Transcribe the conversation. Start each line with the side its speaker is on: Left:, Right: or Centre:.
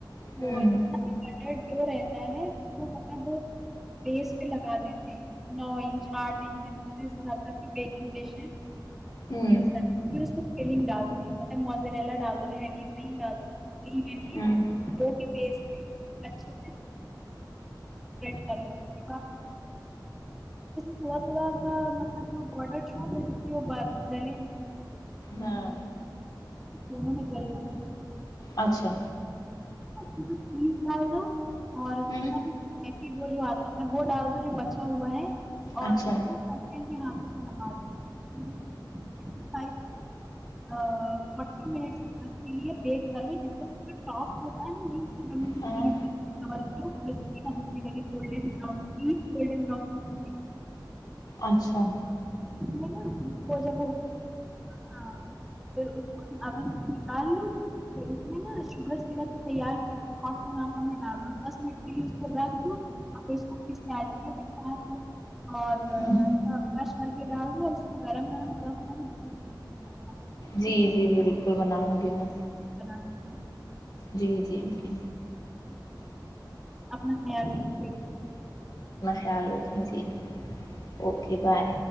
Left: ہوں
Centre: وہ جتنا بٹر جو رہتا ہے اس کو مطلب وہ بیس پہ لگا دیتے ہیں نو انچ آٹھ انچ جتنےس حساب سے آ کی بیکنگ ڈش ہے
Left: ہوں
Centre: س <inaudible> اسلنگ ڈالتے ہیں مطلب موزریلا ڈال دو ہیوی کریم ڈال دو کوئی م
Left: ہوں
Centre: جوک س میں اچھے <inaudible> کر لو اس ب تھا تھڑا سا مطلب بڈر ہو جل
Left: ہاں
Centre: ج جلا
Left: اچھا
Centre: جی ڈال دو اور
Left: ہوں
Centre: جتنا بھی پیک وہ جو آتا ہے وہ ڈال دو جو بچا ہوا ہے اور
Left: اچھا
Centre: اس کو ہ کل کے ہاتھوں سے دما د فو فٹی مٹس تک کے لیے بیک کر لو جتنا کا ٹاپ ہوتا ہے نا ہم ہم ک
Left: ہاں
Centre: دکھنے لگے گولڈن براؤن بھی گولڈن براؤن دکھنے
Left: اچھا
Centre: ے نا پجا ہاں پھر اس کو اون سے نکال لوں پھر اس میں نا شوگر سیرپ بھی تیار کی ت ہاتھ نفا میں ڈال دو دس منٹ کے لیے اس رکھ دو اور پھر اس اساتھ اورش
Left: ہوں
Centre: کر کے ڈال دو اور اس کو گرم گرم سر کر
Left: جی جی بالکل بناؤں گی میں
Centre: بناتی ہوں۔
Left: جی جی جی
Centre: اپنا خیال رکھتے
Left: چلو تھی جی اوکے بائے